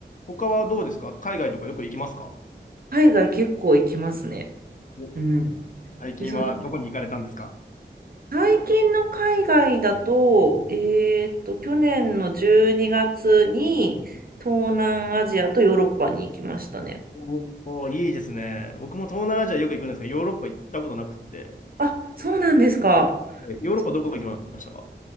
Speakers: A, on the left; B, on the right.
A: 他はどうですか海外とかよく行きますか
B: 海外結構行きますね。
A: お
B: うん。
A: 最近はどこに行かれたんですか
B: で、その、最近の海外だと、えーっと、去年の12月にがつに東南アジアとヨーロッパに行きましたね。
A: おおー、いいですね。僕も東南アジアよく行くんですが、ヨーロッパ行ったことなくって。
B: あ、そうなんですか。
A: はいヨーロッパどこ行きましたか
B: か